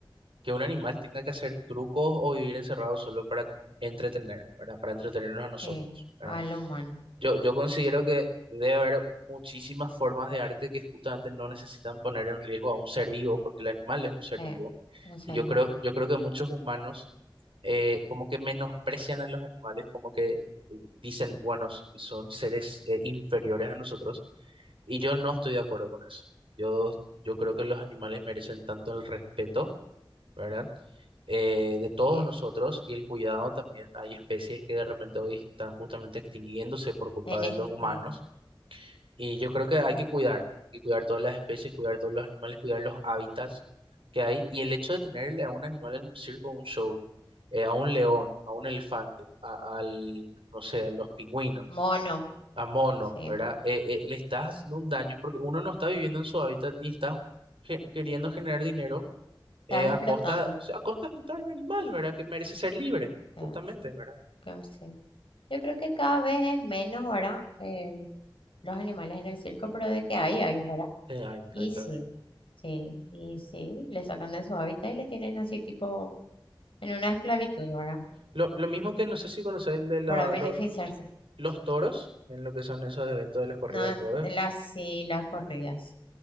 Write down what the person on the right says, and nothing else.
que un animal tenga que hacer trucos o vivir encerrado solo para entretener, ¿verdad? Para entretenernos a nosotros,
¿verdad?
Yo, yo considero que debe haber muchísimas formas de arte que justamente no necesitan poner en riesgo a un ser vivo, porque el animal es un ser
vivo.
Y yo
creo, yo creo que muchos humanos eh, como que menosprecian a los animales, como que eh, dicen, bueno, s- son seres eh, inferiores a nosotros. Y yo no estoy de acuerdo con eso. Yo, yo creo que los animales merecen tanto el respeto ¿verdad? eh, de todos
nosotros y el cuidado también. Hay especies que de repente hoy están justamente extinguiéndose por culpa
de
los humanos y yo creo que
hay que cuidar, hay que cuidar todas las especies, cuidar todos los animales, cuidar los hábitats que hay y el hecho de tenerle a un animal en un circo, un show, eh, a un león, a un elefante, a- al, no sé, a los pingüinos,
a monos,
¿verdad? Eh, eh, le estás haciendo un daño porque uno no está viviendo en su hábitat y está ge- queriendo generar dinero
eh, a
costa, o sea, a costa de explotar un animal, ¿verdad? Que merece ser libre,
justamente, ¿verdad?
Eh, ahí,
ahí todavía.
Lo, lo mismo que no sé si conoces el de la-
lo- los toros, en lo que son esos eventos de las corridas
de toros.